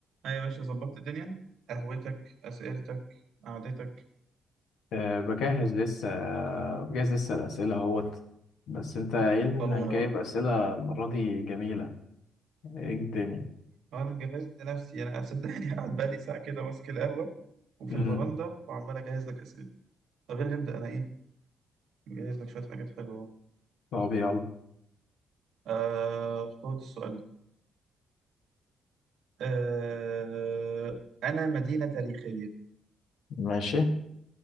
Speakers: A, on the right; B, on the left.
A: أيوة يا باشا ظبطت الدنيا قهوتك أسئلتك قعدتك
B: أه بجهز لسه بجهز لسه الأسئلة اهوت بس انت قايل لي
A: طلونا
B: انك جايب
A: بقى
B: أسئلة المرة دي جميلة ايه الدنيا
A: أنا جهزت نفسي أنا صدقني <laughs> قاعد بقالي ساعة كده ماسك القهوة وفي
B: امم
A: الفرندا وعمال أجهز لك أسئلة طب يلا نبدأ أنا إيه مجهز لك شوية حاجات حلوة أهو.
B: طب يلا
A: آه خد السؤال ده آه أنا مدينة تاريخية
B: ماشي